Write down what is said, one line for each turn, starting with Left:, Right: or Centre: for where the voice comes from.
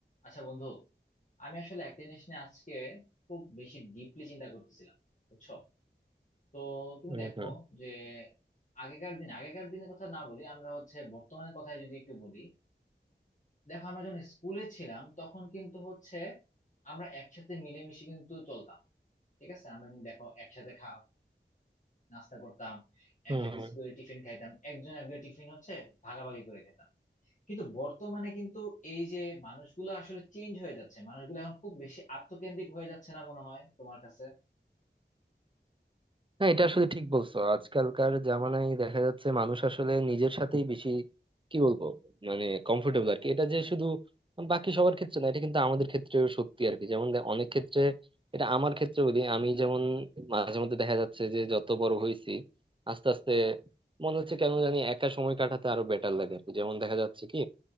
Left: আচ্ছা বন্ধু আমি আসলে একটা জিনিস নিয়ে আজকে খুব বেশি ডিপলি চিন্তা করতেছিলাম বুঝছো তো তুমি
Right: হম
Left: দেখো
Right: হম
Left: যে আগেকার দিন আগেকার দিনের কথা না বলি আমরা হচ্ছে বর্তমানের কথাই যদি একটু বলি দেখো আমরা যখন স্কুলে ছিলাম তখন কিন্তু হচ্ছে আমরা একসাথে মিলেমিশে কিন্তু চলতাম ঠিক আছে আমরা কিন্তু দেখো একসাথে খাওয়া নাস্তা করতাম
Right: হম
Left: একসাথে স্কুলে টিফিন খাইতাম একজন একজন টিফিন হচ্ছে ভাগাভাগি করে খেতাম কিন্তু বর্তমানে কিন্তু এই যে মানুষগুলো আসলে চেঞ্জ হয়ে যাচ্ছে মানুষগুলো এখন খুব বেশি আত্মকেন্দ্রিক হয়ে যাচ্ছে না মনে হয় তোমার কাছে
Right: না এটা আসলে ঠিক বলছো আজকালকার জামানায় দেখা যাচ্ছে মানুষ আসলে নিজের সাথেই বেশি কি বলবো মানে কমফোর্টেবল আর কি এটা যে শুধু বাকি সবার ক্ষেত্রে না এটা কিন্তু আমাদের ক্ষেত্রেও সত্যি আর কি যেমন দে- অনেক ক্ষেত্রে এটা আমার ক্ষেত্রে বলি আমি যেমন মাঝে মধ্যে দেখা যাচ্ছে যে যত বড় হয়েছি আস্তে আস্তে মনে হচ্ছে কেন জানি একা সময় কাটাতে আরো বেটার লাগে আর কি যেমন দেখা যাচ্ছে কি